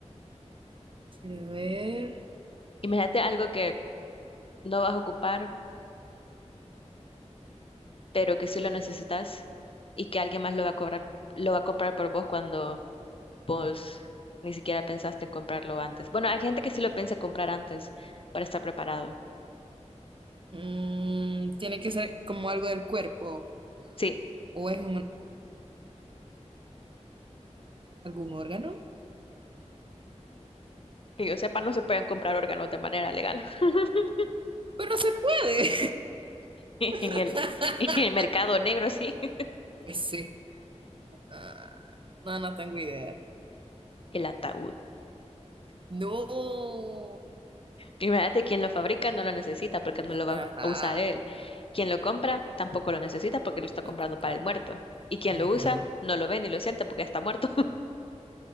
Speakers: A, on the right; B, on the left.
A: Quiero ver.
B: Imagínate algo que no vas a ocupar pero que sí lo necesitas y que alguien más lo va a cobrar, lo va a comprar por vos cuando vos ni siquiera pensaste en comprarlo antes. Bueno, hay gente que sí lo piensa comprar antes para estar preparado.
A: Mm, tiene que ser como algo del cuerpo
B: Sí,
A: o es un- algún órgano.
B: que yo sepa, no se pueden comprar órganos de manera legal. <laughs>
A: Pero se puede. <laughs>
B: En el, en el mercado negro, sí. <laughs>
A: Pues sí. Ah, no, no tengo idea.
B: El ataúd.
A: No.
B: Imagínate, quien lo fabrica no lo necesita porque no lo va
A: Ajá.
B: a usar él. Quien lo compra tampoco lo necesita porque lo está
A: Tampoco.
B: comprando para el muerto. Y quien
A: Ajá.
B: lo usa no lo ve ni lo siente porque está muerto.